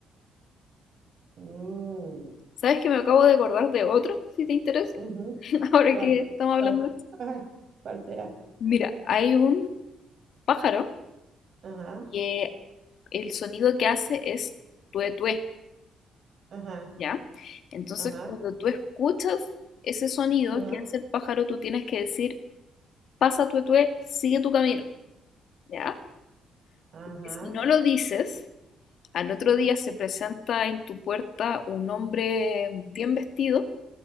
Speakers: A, on the right (about 55°); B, on the left (about 65°).
A: mm,
B: ¿Sabes que me acabo de acordar de otro, si te interesa?
A: ujú.
B: <laughs> Ahora
A: ¿Cuál?
B: que estamos
A: ¿Cuál?
B: hablando de esto.
A: Ajá. ¿Cuál será?
B: Mira, hay un pájaro
A: Ajá,
B: que el sonido que hace es tué tué,
A: ajá,
B: ¿ya? Entonces,
A: ajá,
B: cuando tú escuchas ese sonido
A: ajá,
B: que hace el pájaro, tú tienes que decir pasa tu etue, sigue tu camino, ¿ya?
A: ajá.
B: Porque si no lo dices, al otro día se presenta en tu puerta un hombre bien vestido,